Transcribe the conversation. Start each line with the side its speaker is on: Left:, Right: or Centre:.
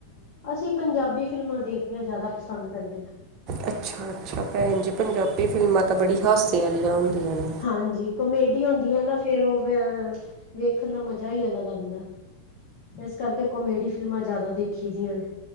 Left: ਅਸੀਂ ਪੰਜਾਬੀ ਫਿਲਮਾਂ ਦੇਖਣੀਆਂ, ਜ਼ਿਆਦਾ ਪਸੰਦ ਕਰਨੇ ਹਾਂ।
Right: ਅੱਛਾ ਅੱਛਾ, ਭੈਣ ਜੀ ਪੰਜਾਬੀ ਫਿਲਮਾਂ ਤਾਂ ਬੜੀ ਹਾਸੇ ਵਾਲੀਆਂ ਹੁੰਦੀਆਂ ਨੇ।
Left: ਹਾਂਜੀ ਕਾਮੇਡੀ ਹੁੰਦੀ ਆਂ ਨਾ, ਫੇਰ ਉਹ। ਵੇਖਣ ਦਾ ਮਜ਼ਾ ਹੀ ਅਲੱਗ ਆਉਂਦਾ, ਇਸ ਕਰਕੇ ਕੋਮੇਡੀ ਫਿਲਮਾਂ ਜ਼ਿਆਦਾ ਦੇਖੀ ਦੀਆਂ ਨੇ।